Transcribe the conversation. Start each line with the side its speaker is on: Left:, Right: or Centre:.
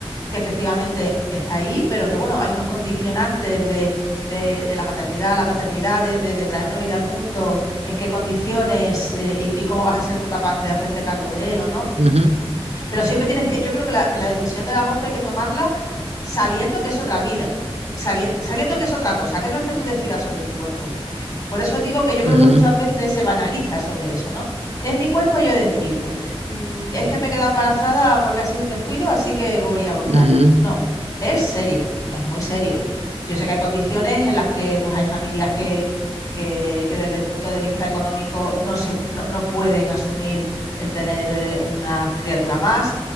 Left: que efectivamente está ahí, pero que bueno, hay unos condicionantes de, de, de la maternidad, la paternidad, de, de, de traer una vida al mundo, en qué condiciones eh, y, y, cómo vas a ser tú capaz de hacerte cargo de él o no.
Right: Ujú,
Left: Pero siempre tienes que, yo creo que la, que la decisión del aborto hay que tomarla sabiendo que es otra vida, sabi- sabiendo que es otra cosa, que no es que tú decidas sobre tu cuerpo, por eso digo que yo creo
Right: ujú,
Left: que muchas veces se banaliza sobre eso, ¿no? Es mi cuerpo, y yo decido. Mm, es que me queda embarazada porque ha sido un descuido, así que voy a abortar.
Right: ujú,
Left: No, es serio, es muy serio. Yo sé que hay condiciones en las que pues, hay familias que, que, que desde el punto de vista económico no, se, no, no pueden asumir el tener eh, una criatura más